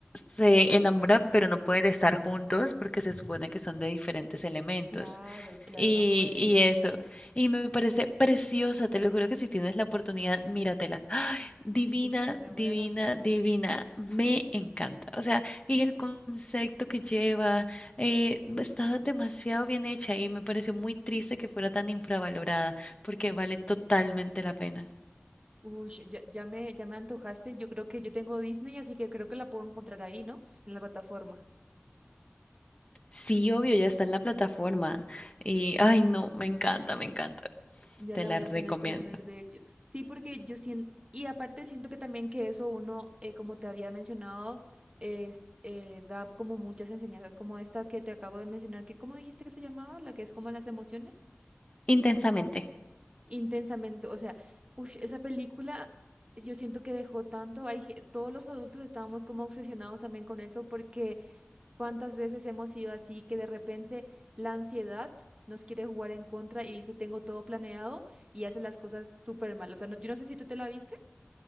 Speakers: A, on the left (about 25°); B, on the right (about 25°).
A: se enamoran pero no pueden estar juntos porque se supone que son de diferentes elementos.
B: Claro, claro,
A: Y,
B: no puede.
A: y eso. Y me parece preciosa, te lo juro que si tienes la oportunidad, míratela. ¡Ay! divina,
B: Uy, me la
A: divina,
B: voy a anotar.
A: divina. Me encanta. O sea, y el concepto que lleva eh, está demasiado bien hecha y me pareció muy triste que fuera tan infravalorada porque vale totalmente la pena.
B: Uy, ya, ya me, ya me antojaste. Yo creo que yo tengo Disney, así que creo que la puedo encontrar ahí, ¿no? En la plataforma.
A: Sí, obvio, ya está en la plataforma. Y, ay,
B: Ah, listo.
A: no, me encanta, me encanta.
B: Ya
A: Te
B: la
A: la
B: voy
A: recomiendo.
B: a poner para ver, de hecho. Sí, porque yo siento, y aparte siento que también que eso uno, eh, como te había mencionado, es, eh, da como muchas enseñanzas como esta que te acabo de mencionar, que ¿cómo dijiste que se llamaba? La que es como las emociones.
A: Intensamente.
B: intensamente. O sea, ush, esa película yo siento que dejó tanto. Hay, ge- todos los adultos estábamos como obsesionados también con eso porque cuántas veces hemos sido así que de repente la ansiedad nos quiere jugar en contra y dice tengo todo planeado y hace las cosas súper mal. O sea, no- yo no sé si tú te la viste.